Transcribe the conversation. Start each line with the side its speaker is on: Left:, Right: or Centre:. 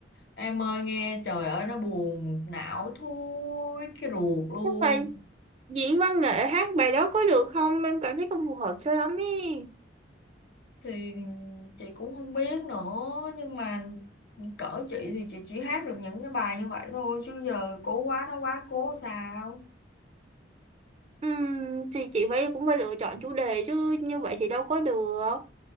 Left: Em ơi nghe trời ơi nó buồn não thui cái ruột luôn
Right: chắc là diễn văn nghệ hát bài đó có được không em cảm thấy không phù hợp cho lắm ý
Left: Thì chị cũng không biết nữa Nhưng mà cỡ chị thì chị chỉ hát được những cái bài như vậy thôi Chứ giờ cố quá nó quá cố sao
Right: Ừm, thì chị phải cũng phải lựa chọn chủ đề chứ như vậy thì đâu có được